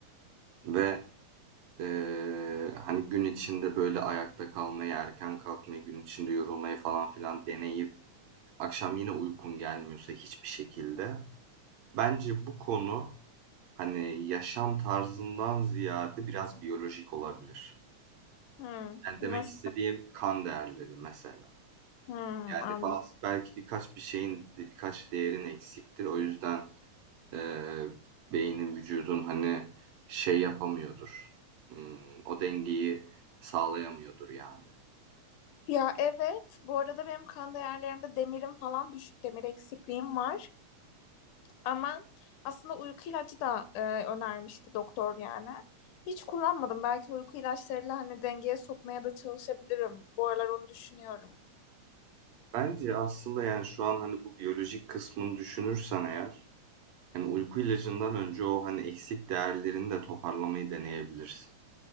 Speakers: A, on the right (about 75°); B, on the left (about 80°).
A: ve Eee, hani gün içinde böyle ayakta kalmayı, erken kalkmayı, gün içinde yorulmayı falan filan deneyip akşam yine uykun gelmiyorsa hiçbir şekilde. Bence bu konu hani yaşam tarzından ziyade biraz biyolojik olabilir.
B: Hmm,
A: Yani demek
B: nasıl?
A: istediğim kan değerleri mesela.
B: Hmm,
A: Yani
B: anladım.
A: bazı belki birkaç bir şeyin birkaç değerin eksiktir. O yüzden eee, beynin vücudun hani şey yapamıyordur. Hmm, o dengeyi sağlayamıyordur yani.
B: Ya evet. Bu arada benim kan değerlerimde demirim falan düşük. Demir eksikliğim var. Ama aslında uyku ilacı da e, önermişti doktor yani. Hiç kullanmadım. Belki uyku ilaçlarıyla hani dengeye sokmaya da çalışabilirim. Bu aralar onu düşünüyorum.
A: Bence aslında, yani, şu an, hani, bu biyolojik kısmını düşünürsen eğer, hani, uyku ilacından önce o, hani, eksik değerlerini de toparlamayı deneyebilirsin.